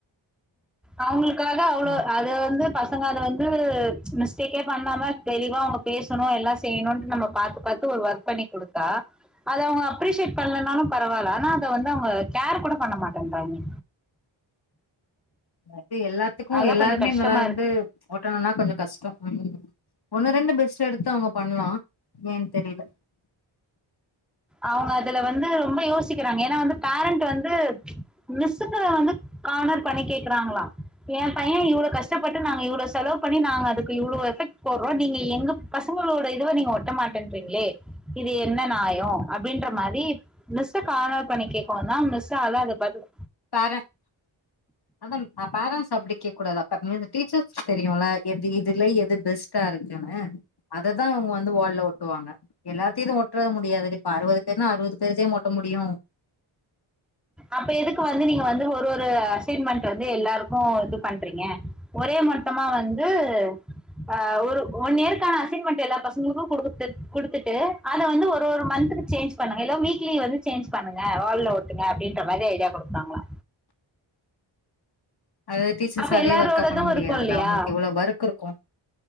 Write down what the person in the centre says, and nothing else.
அவங்களுக்காக அவ்ளோ
அது வந்து பசங்க அது வந்து ம்ச் மிஸ்டேக்கே பண்ணாம தெளிவா அவங்க பேசணு எல்லா செய்யணு நம்ம பாத்து பாத் து ஒரு ஒர்க் பண்ணி கொடுத்தா அத அவங்க அப்ரிசியேட் பண்ணலனாலு பரவாயில்ல ஆனா அத வந்து அவங்க கேர் கூட பண்ண மாட்டேங்கன்றாங்க
அதான்
கொஞ்சம் கஷ்டமா
இருக்கு
அவங்க அதுல வந்து ரொம்ப யோசிக்கிறாங்க ஏன்னா வந்து பேரண்ட் வந்து ம்ச் மிஸ்ங்க வந்து கானர் பண்ணி கேக்குறாங்களா ஏ பைய இவ்வளோ கஷ்டப்பட்டு நாங்க இவ்வளோ செலவு பண்ணி நாங்க அதுக்கு இவ்ளோ எஃபெக்ட் போடுறோ நீங்க எங்க பசகளோட இதுவ நீங்க ஒட்ட மாட்டேறிங்களே இது என்ன நியாயோ அப்டின்ற மாரி மிஸ்ச காணர் பண்ணி கேக்கவு தா மிஸ்சா அதா அது பதில்
அப்ப எதுக்கு வந்து நீங்க வந்து ஒரு ஒரு அசைன்மெண்ட் வந்து எல்லாருக்கு இது பண்றீங்க ஒரே மட்டமா வந்து ஆ ஒரு ஒன்யேருக்கான அசைன்மென்ட் எல்லா பசங்களுக்கு கொடுத்து கொடுத்துட்டு அத வந்து ஒரு ஒரு மந்துக்கு சேஞ்ச் பண்ணுங்க இல்ல வீட்ல வந்து சேஞ் பண்ணங்க வால்ல ஓட்டுங்க அப்டின்ற மாதிரி ஐடியா குடுத்தாங்களா
அப்ப
எல்லாரோடதும்
இருக்கும் இல்லையா